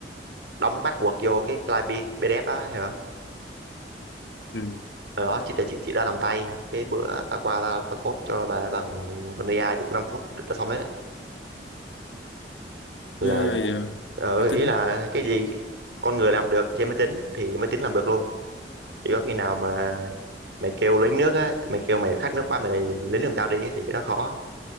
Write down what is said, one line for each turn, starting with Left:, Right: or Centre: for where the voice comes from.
Right: đóng cái bắt buộc vô cái file P- PDF đó hả
Left: ừ.
Right: ở đó chị tại chị chị đã làm tay cái bữa tao qua tao, tao code cho bà bằng con AI được 5 phút đã xong hết đấy là
Left: ghê vậy à.
Right: ở
Left: thì tính
Right: ý là cái gì con người làm được trên máy tính thì máy tính làm được luôn chỉ có khi nào mà mày kêu lấy nước á mày kêu mày khát nước quá mày lấy nước làm tao đi á, thì cái đó khó